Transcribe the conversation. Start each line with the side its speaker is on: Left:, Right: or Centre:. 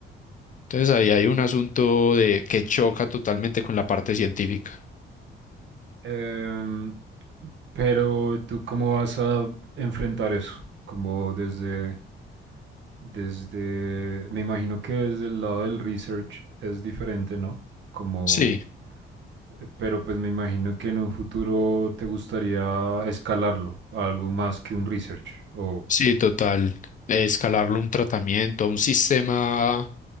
Left: Entonces ahí hay un asunto de que choca totalmente con la parte científica.
Right: Em, pero tú cómo vas a enfrentar eso, como desde Desde, me imagino que desde el lado del research es diferente, ¿no? Como,
Left: Sí,
Right: eh, pero pues me imagino que en un futuro te gustaría escalarlo a algo más que un research. O,
Left: sí, total. Escalarlo a un tratamiento, a un sistema